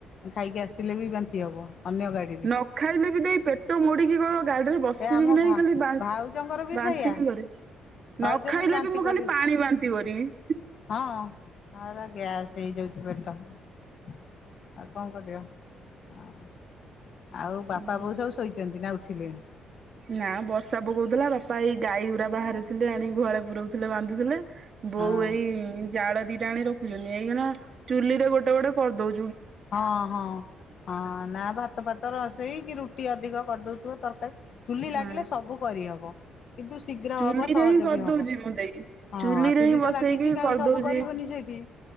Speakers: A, on the left; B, on the right.
A: ଖାଇକି ଆସ ସିଲେ ବିି ବାନ୍ତି ହବ। ଅନ୍ୟ ଗାଡିରେ
B: ନ ଖାଇଲେ ବି ଦେଇ ପେଟ ମୋଡିକି କଣ ଗାଡିରେ ବସିବି
A: ଏ ଆମ
B: କି ନାଇଁ
A: ଭା
B: ଖାଲି ବାନ
A: ଭାଉଜଙ୍କର ବି
B: ବାନ୍ତି
A: ସେଇଆ।
B: ହିଁ କରିବି। ନ
A: ଭାଉଜ
B: ଖାଇଲେ
A: ବାନ୍ତି
B: ବି ମୁଁ
A: କରିବେ
B: ଖାଲି ପାଣି ବାନ୍ତି କରିବି।
A: ହଁ ଆରା ଗ୍ୟାସ ହେଇଯାଉଛି ପେଟ। ଆଉ କଁ କରିବ ହଁ। ଆଉ ବାପା
B: ହୁଁ।
A: ବୋଉ ସବୁ ଶୋଇଛନ୍ତି ନା ଉଠିଲେଣି?
B: ନା ବର୍ଷା ପକଉଥିଲା ବାପା ଏଇ ଗାଈଗୁରା ବାହାରେ ଥିଲେ ଆଣିିକି ଗୁହାଳେ ପୁରଉଥିଲେ ବାନ୍ଧୁଥିଲେ ବୋଉ
A: ହଁ।
B: ଏଇ ଜାଳ ଦି ଆଣି ରଖୁଛନ୍ତି ଏଇଖିନା ଚୁଲିରେ ଗୋଟେ ଗୋଟେ କରିଦଉ
A: ହଁ ହଁ ହଁ ନା ଭାତ ଫାତ ରୋଷେଇ କି ରୁଟି ଅଧିକ କରିଦଉଥିବ ତରକାରୀ ଚୁଲି
B: ହଁ।
A: ଲାଗିଲେ ସବୁ କରିହବ। କିନ୍ତୁ ଶୀଘ୍ର
B: ଚୁଲିରେ
A: ହବ ସହଜ
B: ହିଁ କରିଦଉଛି
A: ବି ହବ
B: ମୁଁ ଦେଇ
A: ହଁ
B: ଚୁଲିରେ
A: ଚୁଲି
B: ହିଁ
A: ତ
B: ବସେଇକି
A: ଲାଗିଛି କାହିଁ
B: କରିଦଉଛି।
A: ସବୁ କରିବନି ସେଇଠି।